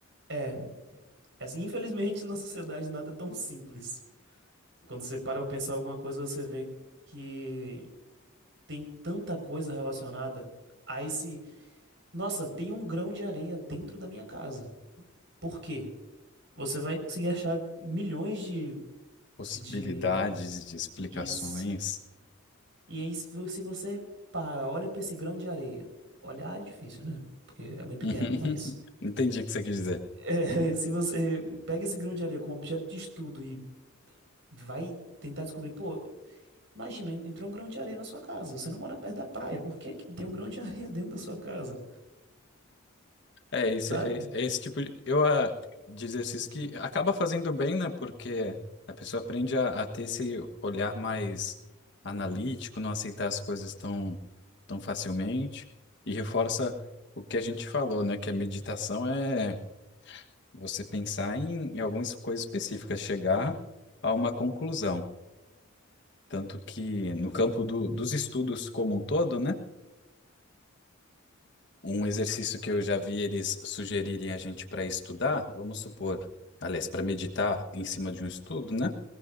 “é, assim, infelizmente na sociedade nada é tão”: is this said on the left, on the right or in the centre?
Right